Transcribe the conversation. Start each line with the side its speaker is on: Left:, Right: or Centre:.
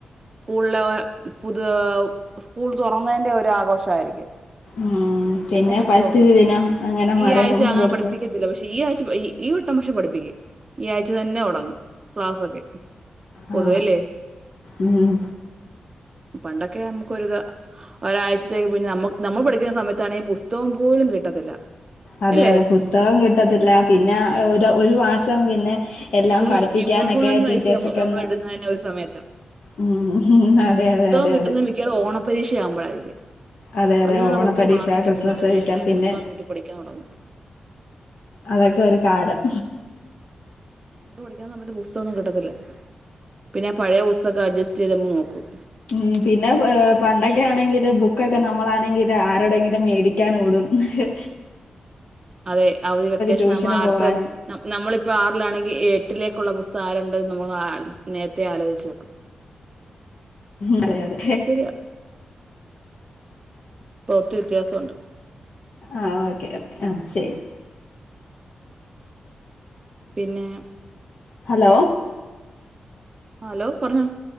Right: സ്കൂളിലെ പുതുയ സ്കൂൾ തുറന്നതിന്റെ ഒരു ആഘോഷയിരിക്കും
Left: ഉം
Right: പിന്നെ പിറ്റേ
Left: പരിസ്ഥിതി
Right: ദിവസം
Left: ദിനം അങ്ങനെ
Right: ഈ
Left: മരം
Right: ആഴ്ച അങ്ങനെ
Left: കൊടുക്ക
Right: പഠിപ്പിക്കത്തില്ല പക്ഷേ ഈ ആഴ്ച ഈ വെട്ടം പക്ഷെ പഠിക്കേ ഈ ആഴ്ച തന്നെ തുടങ്ങും ക്ലാസ്സൊക്കെ പൊതുവല്ലേ
Left: ആ ഉം
Right: പണ്ടൊക്കെ നമുക്കൊ ഒരുതാ ഒരാഴ്ചത്തേക്ക് പിന്നെ നമ്മ നമ്മൾ പഠിക്കുന്ന സമയത്താണെ ഈ പുസ്ക പോലും കിട്ടത്തില്ല
Left: അതെ
Right: ഇല്ലേ
Left: അതെ പുസ്തകം കിട്ടത്തില്ല പിന്നെ ഒരു ഒരു മാസം പിന്നെ എല്ലാം
Right: യൂണി
Left: പഠിപ്പിക്കാനൊക്കെ
Right: യൂണിഫോം തന്നെ
Left: ടീച്ചേഴസൊക്കെ
Right: തയ്ച്ച് നമ്മൾ നമ്മൾ
Left: ഒന്ന്
Right: ഇടുന്ന തന്നെ ഒരു സമയത്താ
Left: ഉം ഹും അതെ അതെ
Right: കിട്ടുന്നെ
Left: അതെ അതെ
Right: മിക്കവാറും ഓണ പരീക്ഷയാവ്മ്പഴായ്രിക്കും
Left: അതെ അതെ
Right: അതിൽ നിന്നാെക്കെ
Left: ഓണ
Right: ഒത്തിരി
Left: പരീക്ഷ
Right: മാറിയില്ലേ
Left: ക്രിസ്മസ്
Right: പിള്ളേര്
Left: പരീക്ഷ
Right: നേര്ത്തെ
Left: പിന്നെ
Right: പുസ്തകം കിട്ടി പഠിക്കാൻ താെടങ്ങും
Left: അതൊക്കെ ഒരു കാലം
Right: നമക്ക് പഠിക്കാൻ സമയത്ത് പുസ്തകൊന്നും കിട്ടത്തില്ല പിന്നെ ഞാ പഴെയ പുസ്തക അഡ്ജസ്റ്റെയ്ത്ങ്ങ് നോക്കും
Left: ഉം പിന്നെ പ് പണ്ടൊക്കെ ആണെങ്കില് ബുക്കൊക്കെ നമ്മളാണെങ്കില് ആരോടെങ്കിലും മേടിയ്ക്കാനോടും അ
Right: അതെ അവധി വെക്കേഷനാവുമ്പം
Left: ട്യൂഷന്
Right: ആറ്ത്തെ
Left: പോവാനും
Right: നം നമ്മളിപ്പ ആറ്ലാണെങ്കി എ ഏട്ടിലേക്കുള്ള പുസ്തകം ആരുണ്ട്ന്ന് നമ്മൾ ആൽ നേര്ത്തെ ആലോച്‌ച്ച് വെക്കും
Left: അതെ അതെ
Right: ശെരിയാ ക്ലോത്ത് വിത്യാസ ഉണ്ട്
Left: ആഹ് ഓക്കെ അപ് ആഹ് ശെരി
Right: പിന്നേ
Left: ഹലോ
Right: ആഹ് ഹലോ പർഞ്ഞോ